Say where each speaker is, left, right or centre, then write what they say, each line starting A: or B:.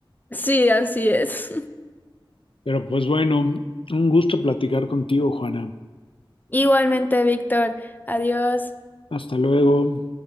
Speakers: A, on the left; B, on the left.
A: Sí, así es.
B: Pero pues bueno, un gusto platicar contigo, Juana.
A: Igualmente, Víctor. Adiós.
B: Hasta luego.